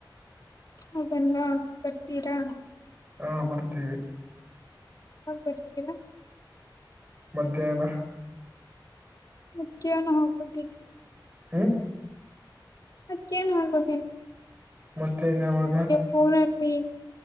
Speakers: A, on the left; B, on the right.
A: ಹೋಗೋಣ್ವಾ ಬರ್ತೀರಾ
B: ಹಾ ಬರ್ತೀವಿ
A: ಯಾವಾಗ್ ಬರ್ತೀರಾ
B: ಮಧ್ಯಾಹ್ನ
A: ಮಧ್ಯಾಹ್ನ ಹೋಗುದಿಲ್
B: ಹ್ಮ್
A: ಮಧ್ಯಾಹ್ನ ಆಗುದಿಲ್
B: ಮತ್ತೆ ನ್ಾವಾಗ
A: ಫೋನಲ್ಲಿ